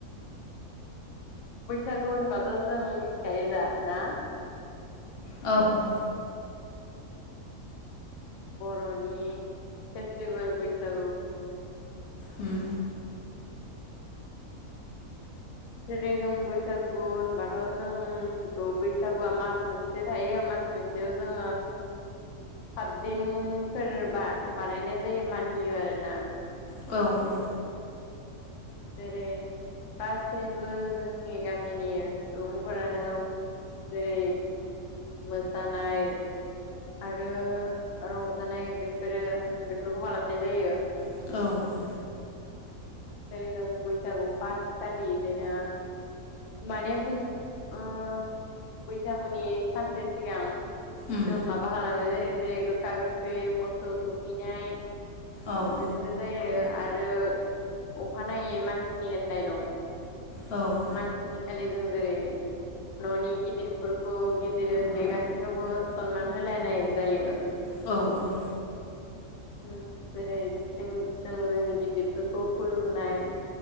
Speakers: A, on the left; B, on the left.
A: बैसागु होनबाथ' जों मिथिखायो दा ना?
B: औ औ
A: बर'नि फेस्टिभेल बैसागु।
B: उम।
A: जेरै जों बैसागु होनबाथ' जों मिथिगौ बैसागुआ मास मोनसे थायो मास मोनसेआव जों सतदिनफोरबा बानायनाय जायो मानियो आरोना?
B: औ औ।
A: जेरै गासैबो जोंनि गामिनि सुबुंफोरानो जेरै मोसानाय आरो रंजानाय बेफोरो बेफोरखौ खालामनाय जायो।
B: औ।
A: जेरै जों बैसागु फास खालि बिदिनो माने बै उम बैसागुनि सानसे सिगां
B: उम
A: जों माबा खालामनाय जायो जेरै गोखा गोखै मोसौ थुखौनाय।
B: औ औ
A: बेफोरो जायो आरो अखानायै मानसिनि होननाय दं।
B: औ।
A: मानसिनिखालि जों जेरै न'नि गिदिरफोरखौ गिदिर उन्दै गासैखौबो सनमान होलायनाय जायो।
B: औ औ।
A: उम जेरै जों जों जोंनि गिदिरफोरखौ खुलुमनाय